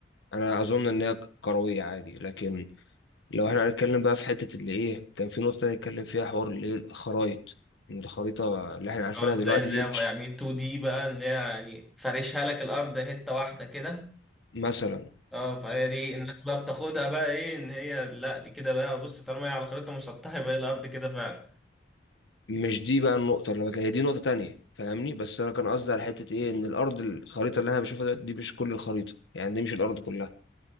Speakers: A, on the left; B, in the centre.
A: انا اظن ان هي كرويه عادي لكن لو احنا هنتكلم بقى في حته اللي ايه كان في نقطه نتكلم فيها حوار اللي ايه الخرايط إن الخريطه اللي احنا عارفينها
B: اه ازاي
A: دلوقتي
B: ان
A: دي
B: هي
A: مش
B: يعني 2 دي بقى ان هي يعني فارشها لك الارض حته واحده كده
A: مثلا
B: اه فهي دي الناس بقى بتاخدها بقى ايه ان هي لا دي كده بقى بص طالما هي على خريطه مسطحه يبقى هي الارض كده فعلا
A: مش دي بقى النقطة اللي بك... هي دي نقطة تانية فاهمني بس أنا كان قصدي على حتة إيه إن الأرض الخريطة اللي أنا بشوفها دلوقتي دي مش كل الخريطة يعني دي مش الأرض كلها